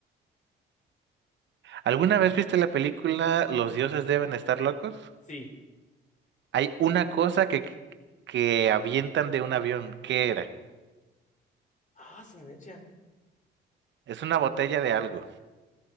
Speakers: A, on the right; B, on the left.
A: ¿Alguna vez viste la película Los dioses deben estar locos?
B: Sí.
A: Hay una cosa que, que avientan de un avión. ¿Qué era?
B: Ah, su mecha.
A: Es una botella de algo.